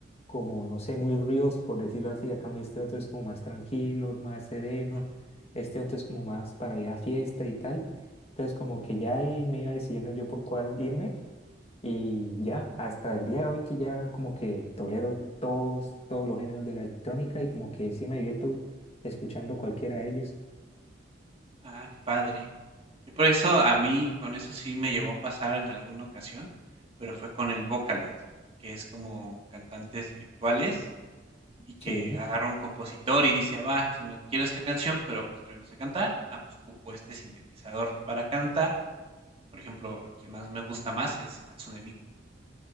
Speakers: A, on the left; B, on the right.
A: como, no sé, muy ruidoso, por decirlo así. A cambio, este otro es como más tranquilo, más sereno.
B: ujú.
A: Este otro es como más para ir a fiesta y tal. Entonces, como que ya ahí me iba decidiendo yo por cuál irme. Y ya, hasta el día de hoy que ya como que tolero todos, todos los géneros de la electrónica y como que sí me divierto escuchando cualquiera de ellos.
B: Ah, qué padre. Yo por eso a mí con eso sí me llegó a pasar en alguna ocasión, pero fue con el Vocaloid, que es como cantantes virtuales y que
A: Sí.
B: agarra un compositor y dice, va, se me quiero esta canción, pero pues yo no sé cantar. Ah, pues ocupo este sintetizador para cantar. Por ejemplo, a quien más me gusta más es Hatsune Miku.